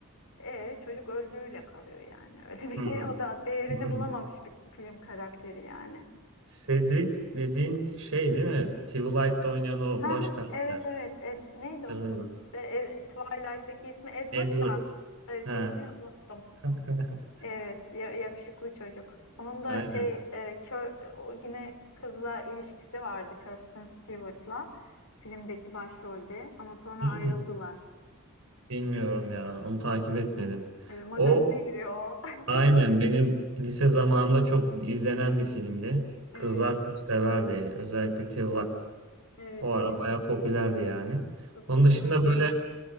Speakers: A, on the left; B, on the right.
A: E, çocuk öldüğüyle kalıyor yani. Öyle bir
B: Hmm.
A: <laughs> o da değerini
B: <laughs>
A: bulamamış bir film karakteri yani.
B: Cedric dediğin şey değil mi? Twilight'te oynayan o
A: Ha, ha,
B: baş karakter.
A: evet evet. Ed- neydi
B: Hatırladım.
A: onun ismi? E, e, Twilight'teki ismi Edward
B: Edward.
A: da e, şeyini
B: He.
A: unuttum.
B: <laughs>
A: Evet, ya- yakışıklı çocuk. Onun da
B: Aynen.
A: şey, e, kör, o yine kızla ilişkisi vardı Kirsten Stewart'la filmdeki başrolde ama sonra
B: Hmm.
A: ayrıldılar.
B: Bilmiyorum ya. Onu takip etmedim.
A: E, magazine
B: O
A: giriyor o. <laughs>
B: Aynen benim lise zamanımda çok izlenen bir filmdi. Kızlar
A: Evet,
B: çok severdi. Özellikle Till
A: evet,
B: O ara
A: evet.
B: bayağı popülerdi yani.
A: Çok
B: Onun
A: popülerdi.
B: dışında böyle